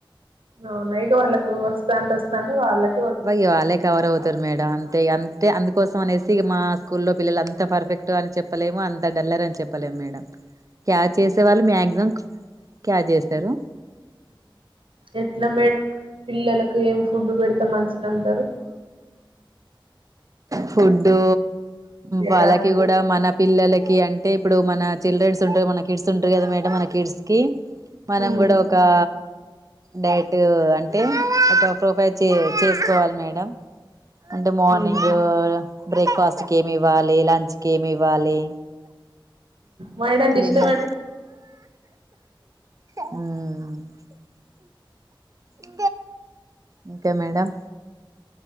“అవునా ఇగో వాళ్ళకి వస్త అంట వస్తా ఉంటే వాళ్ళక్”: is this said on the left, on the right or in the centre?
Right